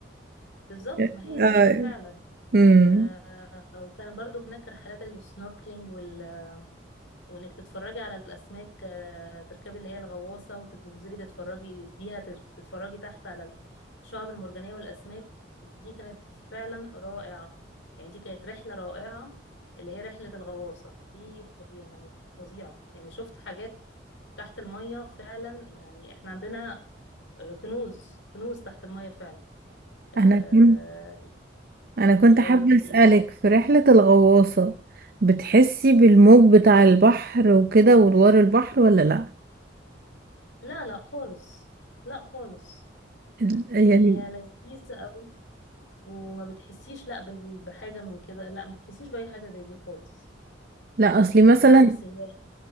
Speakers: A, on the left; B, on the right.
A: بالظبط
B: <laughs>
A: ما هي
B: آه.
A: مشتى فعلا
B: مم.
A: آه وكان برضو هناك رحلات السنوركلينج وال... وانك تتفرجي على الاسماك آه تركبي اللي هي الغواصه وتنزلي تتفرجي بيها تت- تتفرجي تحت على الشعب المرجانيه والاسماك دي كانت فعلا رائعه يعني دي كانت رحله رائعه اللي هي رحله الغواصه دي ف... يعني فظيعه يعني شفت حاجات تحت الميه فعلا يعني احنا عندنا آه، كنوز كنوز تحت الميه فعلا آه،
B: انا كنت انا كنت
A: لو
B: حابة
A: يعني
B: اسألك في رحلة الغواصة بتحسي بالموج بتاع البحر وكده وادوار البحر ولا لا
A: لا لا خالص لا خالص
B: ال- يعني
A: يعني هي لذيذة قوي وما بتحسيش لا بال- بحاجة من كده لا ما بتحسيش بأي حاجة زي دي خالص
B: لا اصلي مثلا
A: بالعكس هي